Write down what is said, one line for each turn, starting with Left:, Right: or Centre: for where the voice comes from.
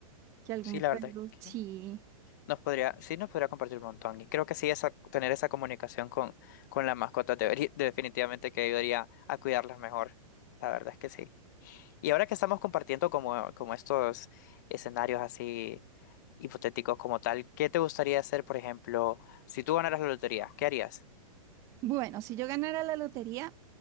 Right: Que algún
Left: Sí, la
Right: perro,
Left: verdad es que
Right: sí.
Left: nos podría, sí nos podría compartir un montón. Y creo que sí, esa, tener esa comunicación con, con las mascotas debería- <laughs> definitivamente que ayudaría a cuidarlas mejor. La verdad es que sí. Y ahora que estamos compartiendo como, como estos escenarios así hipotéticos como tal, ¿qué te gustaría hacer, por ejemplo, si tú ganaras la lotería? ¿Qué harías?
Right: Bueno, si yo ganara la lotería,